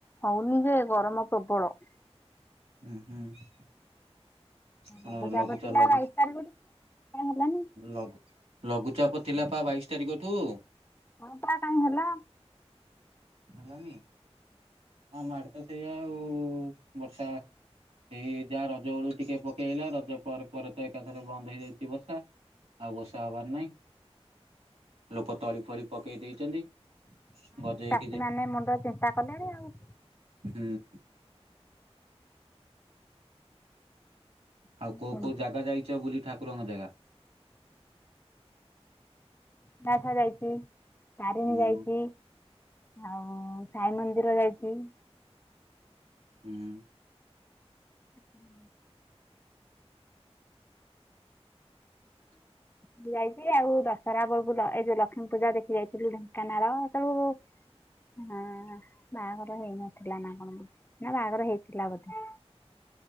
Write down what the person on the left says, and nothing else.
ହଉନି ଯେ ଗରମ ପ୍ରବଳ।
ଲଘୁଚାପ
ଥିଲା
ବାଇଶ ତାରିଖକୁ କାଇଁ ହେଲାନି?
ହଁ ବା କାଇଁ ହେଲା।
ସେ ମାନେ ମୁଣ୍ଡ ଚିନ୍ତା କଲେଣି ଆଉ।
କେମିତି
ଦାସା ଯାଇଛି ତାରିଣୀ
ଯାଇଛି ଆଉ ସାଇ ମନ୍ଦିର ଯାଇଛି।
<inaudible>
ଦେଖି ଯାଇଛି ଆଉ ଦଶହରା ବେଳକୁ ଏ ଯଉ ଲକ୍ଷ୍ମୀ ପୂଜା ଦେଖି ଯାଇଥିଲି ଢେଙ୍କାନାଳ, ସେତବେଳକୁ ହଁ, ବାହାଘର ହେଇନଥିଲା ନା କଣ ବୋଧେ ନା ବାହାଘର ହେଇଥିଲା ବୋଧେ।